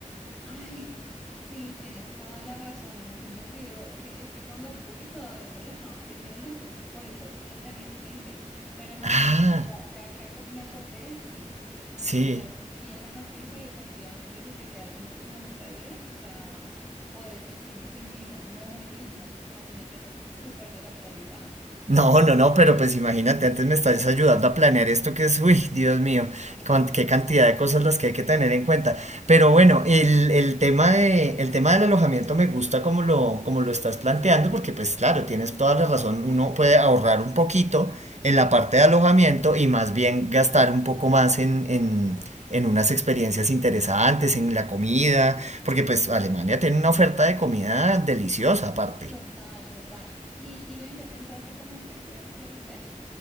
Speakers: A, in the centre; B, on the right.
A: Ay, sí, tienes toda la razón, a mí se me olvidó, es que es que cuando fui todavía me lo estaban pidiendo, entonces por eso lo tenía en mente, pero no,
B: Ah,
A: no, no, ya, ya que aco- me acordé, sí, vi,
B: sí.
A: ya vi esa noticia y efectivamente si te quedas menos de 90 días, o sea, puedes ir sin, sin visa, no, buenísimo, imagínate, súper desactualizada.
B: No, no, no, pero pues imagínate, antes me estás ayudando a planear esto que es, uy, Dios mío, con qué cantidad de cosas las que hay que tener en cuenta. Pero bueno, el, el tema de, el tema del alojamiento me gusta como lo, como lo estás planteando, porque pues claro, tienes toda la razón, uno puede ahorrar un poquito en la parte de alojamiento y más bien gastar un poco más en, en, en unas experiencias interesantes, en la comida, porque pues Alemania tiene una oferta de comida deliciosa aparte.
A: Total, total. Y, y ven, ¿ya pensaste como en qué ciudades quieres ver?